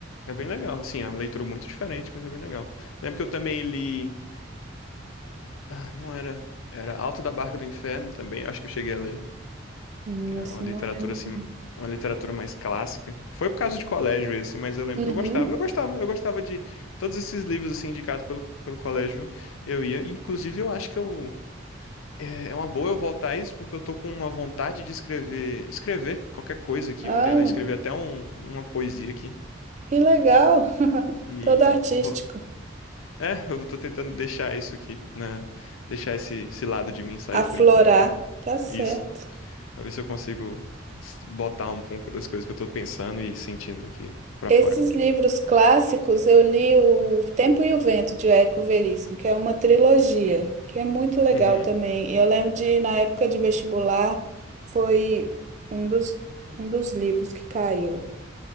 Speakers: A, on the left; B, on the right.
A: É bem legal, assim, é uma leitura muito diferente, mas é bem legal. Lembro que eu também li. Ah, não era. Era Alto da Barca do Inferno também, acho que eu cheguei a ler.
B: Hum,
A: que era
B: esse
A: uma literatura
B: não lembro.
A: assim,
B: não.
A: uma literatura mais clássica. Foi por causa de colégio esse, mas eu lembro
B: Uhum.
A: que eu gostava. Eu gostava, eu gostava de todos esses livros assim indicados pelo, pelo colégio, eu ia. Inclusive, eu acho que eu é é uma boa eu voltar a isso porque eu tô com uma vontade de escrever, escrever qualquer coisa aqui.
B: Olha,
A: Ontem eu escrevi até um- uma poesia aqui.
B: que legal. <laughs>
A: E
B: Todo artístico.
A: tu vou, é, eu tô tentando deixar isso aqui, né? Deixar esse, esse lado de mim sair
B: Aflorar,
A: por enquanto pra
B: tá certo.
A: isso. Pra ver se eu consigo s- botar um pouco das coisas que eu tô pensando e sentindo aqui pra
B: Esses
A: fora.
B: livros clássicos, eu li O Tempo e o Vento, de Érico Veríssimo, que é uma trilogia, que é muito legal
A: Uhum.
B: também. E Eu lembro de, na época de vestibular, foi um dos, um dos livros que caiu.